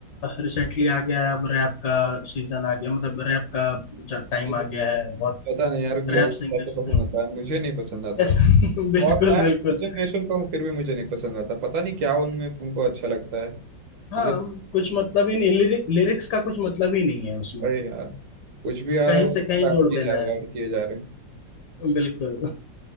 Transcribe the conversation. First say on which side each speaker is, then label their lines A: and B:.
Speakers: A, on the left; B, on the right.
A: रिसेंटली आ गया है अब रैप का सीजन आ गया मतलब रैप का जो टाइम
B: मुझे
A: आ गया है बहुत
B: पता नहीं यार लोग
A: रैप सिंगर्स
B: कैसे पसंद आता है मुझे नहीं पसंद आता
A: यस <laughs> बिल्कुल
B: और मैं
A: बिल्कुल
B: जनरेशन का हूँ फिर भी मुझे नहीं पसंद आता पता नहीं क्या उनमें उनको अच्छा लगता है
A: हाँ
B: मुझे
A: कुछ मतलब ही नहीं लिरिक्स का कुछ मतलब ही नहीं है उसमें
B: अरे यार कुछ भी आ
A: कहीं
B: रहा है वो
A: से कहीं
B: ऐड
A: जोड़
B: किए
A: देना
B: जा रहे
A: है
B: हैं ऐड किए जा रहे हैं
A: बिल्कुल